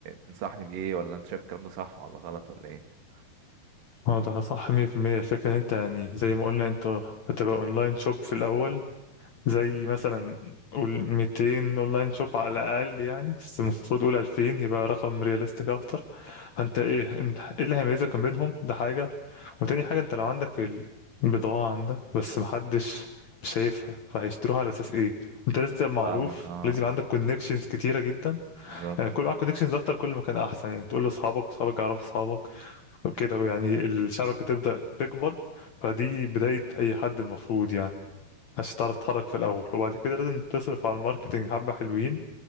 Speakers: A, on the right (about 60°); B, on the left (about 60°).
A: تنصحني بإيه ولا أنت شايف الكلام ده صح ولا غلط ولا إيه
B: هو ده صح 100% الفكرة ان انت يعني زي ما قلنا انت هتبقى اونلاين شوب في الاول زي مثلا قول 200 اونلاين شوب على الاقل يعني بس المفروض قول 2000 يبقى رقم رياليستيك اكتر فانت ايه انت ايه اللي هيميزك ما بينهم ده حاجة وتاني حاجة انت لو عندك ال- البضاعة عندك بس محدش شايفها فهيشتروها على اساس ايه انت لازم تبقى معروف
A: فاهمك اه آه،
B: لازم يبقى عندك كونكشنز كتيرة جدا
A: بالظبط
B: يعني كل معاك كونكشنز اكتر كل ما كان احسن يعني تقول لاصحابك واصحابك يعرفوا اصحابك وكده يعني الشبكة تبدأ تكبر فدي بداية اي حد المفروض يعني عشان تعرف تتحرك في الاول وبعد كده لازم تصرف على الماركتنج حبة حلوين